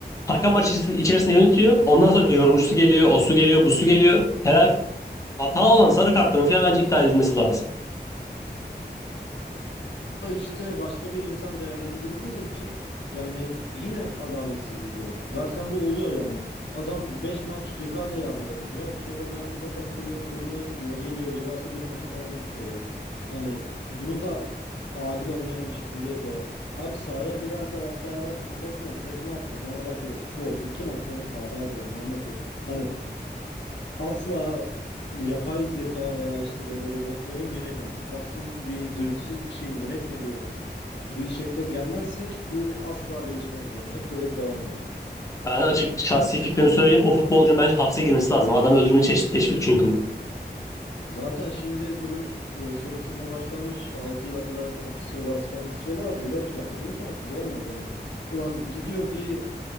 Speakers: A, on the left; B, on the left.
A: hakem maç içerisinde içerisinde yönetiyor. Ondan sonra yorumcusu geliyor, o su geliyor, bu su geliyor. Telafi hata olan sarı kartların falan bence iptal edilmesi lazım.
B: Ha, Ya bunu da işte başka bir insan değerlendirdiği için yani yine adaletsizlik olur. Zaten bu oluyor yani. Adam 5 maç ceza ile yargılanıyor. Sonra Merkez Hakem Kurulu- Kurulu'na gidiyor. Geliyor cezası bir maça falan düşüyor yani. Hani bunu da adil olmayan bir şekilde yapıyorlar. Abi sahaya giren taraftara kafasına tekme attı. Fenerbahçeli futbolcu 2 maç sonra sahadaydı ya. Ne anlatıyorsun? Hani asla yapay zeka veya işte böyle robotların yönet yani tarafsız bir duygusuz bir şeyin yönetmediği bir şekle gelmezsek bu asla değişmez yani. Hep böyle devam eder.
A: Ben açık şahsi fikrimi söyleyeyim. O futbolcunun bence hapse girmesi lazım. Adam öldürme çeşit teşvik çünkü bu.
B: Zaten şimdi duru, e, soruşturma başlanmış işte 6 yıla kadar hapis cezası falan istiyorlar da yok yani imkansız olmaz yani. Ulan gidiyor bir